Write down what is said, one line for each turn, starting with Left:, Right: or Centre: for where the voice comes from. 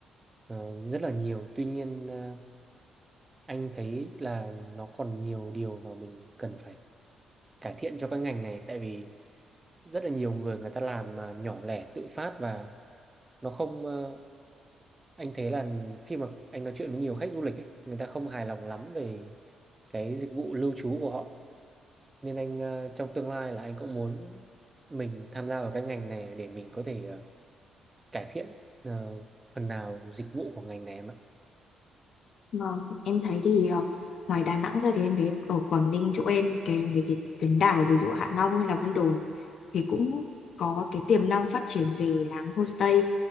Right: ờ, rất là nhiều tuy nhiên ờ, anh thấy là nó còn nhiều điều mà mình cần phải cải thiện cho cái ngành này tại vì rất là nhiều người người ta làm mà nhỏ lẻ tự phát và nó không ờ, anh thấy là khi mà anh nói chuyện với nhiều khách du lịch ấy, người ta không hài lòng lắm về cái dịch vụ lưu trú của họ nên anh ờ, trong tương lai là anh cũng muốn mình tham gia vào cái ngành này để mình có thể ờ, cải thiện ờ, phần nào dịch vụ của ngành này em ạ.
Left: Vâng, em thấy thì ờ, ngoài Đà Nẵng ra thì em thấy ở Quảng Ninh chỗ em cái mấy cái tuyến đảo ví dụ Hạ Long hay là Vân Đồn thì cũng có cái tiềm năng phát triển về làm homestay